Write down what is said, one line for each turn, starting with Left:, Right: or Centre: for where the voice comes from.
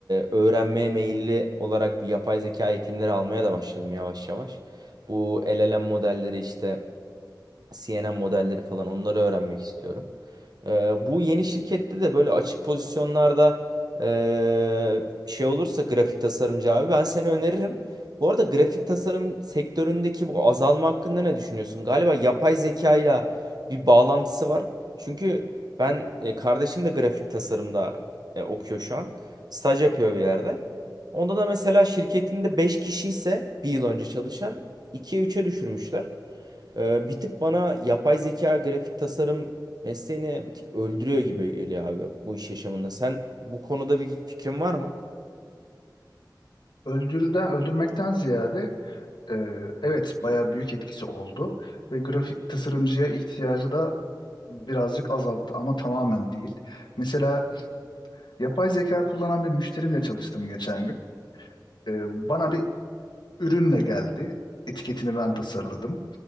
Right: öğrenmeye meyilli olarak bir yapay zeka eğitimleri almaya da başladım yavaş yavaş. Bu LLM modelleri işte CNN modelleri falan onları öğrenmek istiyorum. Ee, bu yeni şirkette de böyle açık pozisyonlarda ee, şey olursa grafik tasarımcı abi ben seni öneririm. Bu arada grafik tasarım sektöründeki bu azalma hakkında ne düşünüyorsun? Galiba yapay zeka ile bir bağlantısı var. Çünkü ben e, kardeşim de grafik tasarımda e, okuyor şu an. Staj yapıyor bir yerde. Onda da mesela şirketinde 5 kişi ise bir yıl önce çalışan ikiye üçe düşürmüşler. Ee, bir tık bana yapay zeka grafik tasarım mesleğini bir tık öldürüyor gibi geliyor abi bu iş yaşamında. Sen bu konuda bir fikrin var mı?
Left: Öldürürden, öldürmekten ziyade e, evet bayağı büyük etkisi oldu. Ve grafik tasarımcıya ihtiyacı da birazcık azalttı ama tamamen değil. Mesela Yapay zeka kullanan bir müşterimle çalıştım geçen gün. Ee, bana bir ürünle geldi. Etiketini ben tasarladım.